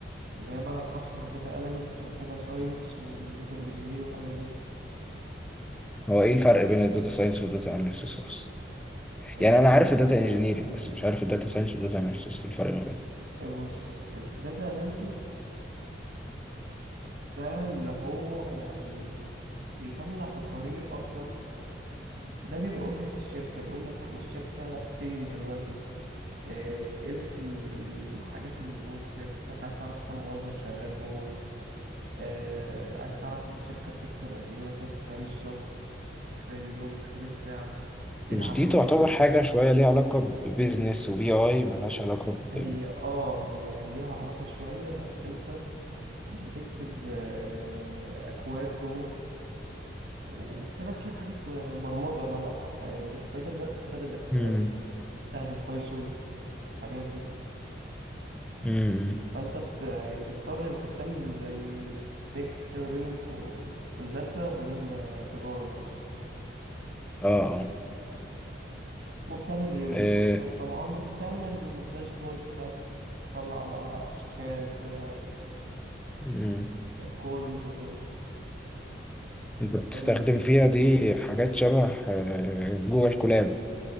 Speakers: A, on the right; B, in the centre.
A: اللي هي بمعنى أصح الداتا أناليست والداتا ساينس والداتا إنجينير والحاجات دي
B: هو ايه الفرق بين الداتا ساينس والداتا اناليسيس اصلا
A: ال...
B: يعني انا عارف الداتا انجينيرنج بس مش عارف الداتا ساينس والداتا اناليسيس الفرق ما بينهم
A: بص الداتا أناليسز ده اللي هو يعني بيطلع تقارير أكتر ده بيبقى واجهة الشركة بيقول لك إحنا الشركة فين دلوقتي إيه إيه الف- الحاجات اللي جوه الشركة بس أنت عايز تعرف كم موظف شغال جوه آه عايز تعرف الشركة بتكسب قد إيه مثلا في خلال الشهر في خلال اليوم في خلال الساعة إيه
B: مش
A: العمليات
B: دي تعتبر
A: مثلا
B: حاجه شويه ليها علاقه ببيزنس وبي اي مالهاش علاقه ب...
A: هي اه هي ليها علاقة شوية بس انت بتكتب آه، أكواد جوه وبتعمل شوية حاجات كو- برمجة بمعنى أصح يعني أنت مش بتستخدم بتستخدم اس
B: مم.
A: كيو ال بتستخدم بايثون الحاجات دي
B: مم.
A: فانت بت... يعني بتضطر انت بتعمل زي ميكس كده بين الكو- هندسة وبين آه، تجارة
B: اه اه
A: وبتعمل ري- ريبورتات
B: آه،
A: طبعا وبتعمل داشبوردز بقى تطلع بقى أشكال كده
B: مم.
A: كولومز وكده
B: انت بتستخدم
A: ال...
B: فيها دي حاجات شبه آه، جوجل كولاب